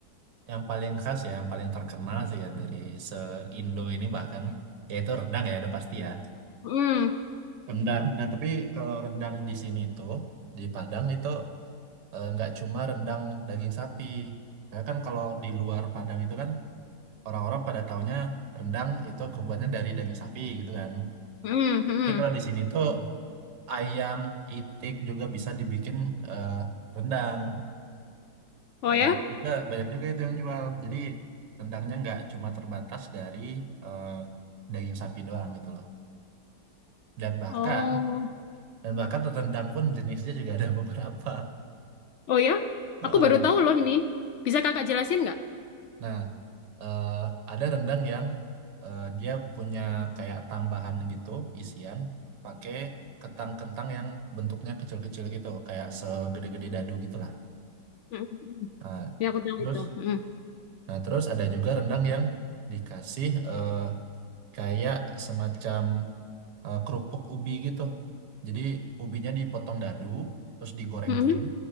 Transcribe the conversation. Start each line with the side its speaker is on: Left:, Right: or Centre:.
Right: yang paling khas ya, yang paling terkenal sih ya dari se-Indo ini bahkan yaitu rendang ya, udah pasti ya.
Left: Hmm,
Right: Rendang. Nah, tapi kalau rendang di sini tuh di Padang itu eh, nggak cuma rendang daging sapi. Ya kan kalau di luar Padang itu kan orang-orang pada taunya rendang itu kebuatnya dari daging sapi gitu kan.
Left: hmm, hmm.
Right: Tapi kalau di sini tuh ayam, itik juga bisa dibikin eh, rendang.
Left: Oh
Right: Eh,
Left: ya?
Right: Banyak juga, banyak juga itu yang jual. Jadi rendangnya nggak cuma terbatas dari eh, daging sapi doang gitu loh. Dan bahkan
Left: Oh.
Right: dan bahkan rendang pun jenisnya juga ada <laughs> beberapa.
Left: Oh ya,
Right: Heeh.
Left: aku baru tahu loh ini. Bisa kakak jelasin nggak?
Right: Nah, eh, ada rendang yang eh, dia punya kayak tambahan gitu isian pakai kentang-kentang yang bentuknya kecil-kecil gitu, kayak segede-gede dadu gitu lah.
Left: Mm-mm.
Right: Nah,
Left: Ya aku tahu
Right: terus
Left: itu. Mm-mm.
Right: Nah, terus ada juga rendang yang dikasih eh, kayak semacam eh, kerupuk ubi gitu. Jadi ubinya dipotong dadu, terus digoreng
Left: Mm-mm.
Right: kering,